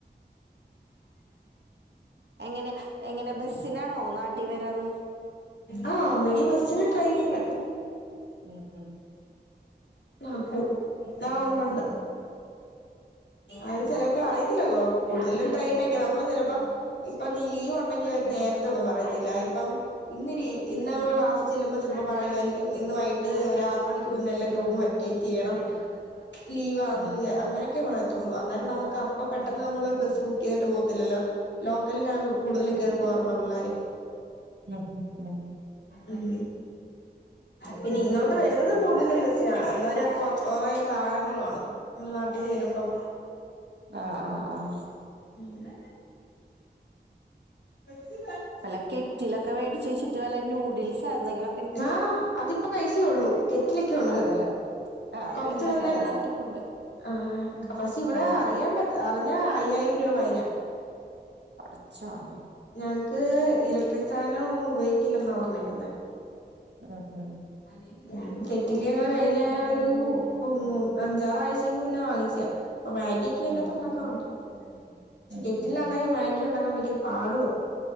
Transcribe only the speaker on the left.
ആ ഒന്നങ്കി ബേസ്സിന് ട്രൈയ്ന്
നാപ്പൂ ആ ഉണ്ടുണ്ട് അഹ് ചേലെപ്പോ അറിയത്തില്ലാ കോ കൂട്തലും ട്രൈനൊക്കെ നമ്മള് ചേലപ്പോ ഇപ്പം നീ ലീവ് ഉണ്ടെങ്കി അവര് നേരത്തെ ഒന്നും പറയത്തില്ലാ ഇപ്പം ഇന്നരീ ഇന്ന് മ്മള് ക്ലാസ് ചെല്ല്മ്പോ ചേലപ്പോ പറയായിരിക്കും ഇന്ന് വൈയിട്ട് ഒര് ആറ് മണിക്ക് മുന്നെല്ലാരും റൂം വെ ക്കെറ്റ്യ്യണം ലീവ് <unintelligible>
അങ്ങനെ ക്കെ പറയത്തോള്ളൂ അന്നേരം
നമ്മക്ക് അപ്പൊ പെട്ടെന്ന് നമ്മള് ബെസ്സ് ബുക്കിതട്ട് പോവത്തില്ലല്ലോ ലോക്കൽലാ കൂടുതലും കേറി പോവാറ്ള്ളഹ് പിള്ളാര്
ഉം പിന്നെ ഇങ്ങോട്ട് വര്ന്നത് കൂട്തലും ബേസ്സിനാണ് ന്നെരം കൊ കൊറെ സാനങ്ങള് കാണും മ്മള് നാട്ടില് വര്മ്പം
ഉം <inaudible>
ആ അതിപ്പോ കഴിച്ചയോള്ളൂ കെറ്റിലൊക്കെ ഉണ്ട്
കൊർച്ച്
മുന്നെ
ആ പക്ഷെ ഇവടെ
അറിയാൻ പറ്റ ത്ത് അറിഞ്ഞാ അയ്യായിരം രൂപ ഫൈനാ
ഞങ്ങക്ക് ഇലട്രിക്ക് സാനങ്ങളൊന്നും ഉപയോക്കില്ലന്നാ പർഞ്ഞേക്ക്ന്നെ
അല്ലാങ്കി കെറ്റില് ഞങ്ങള് കയ്ഞ ഒരൂ മൂ അഞ്ചാറാഴ്ച്ചക്ക് മുന്നേ വാങ്ങിച്ചയാ ഇപ്പൊ മാഗിക്കെ അയ്ന്റകത്ത്
ഉണ്ടാക്കാറുണ്ട് പക്ഷെ
കെറ്റിൽനാത്ത്
മാഗി ഉണ്ടാക്കാ ഭയങ്കര പാടുവാ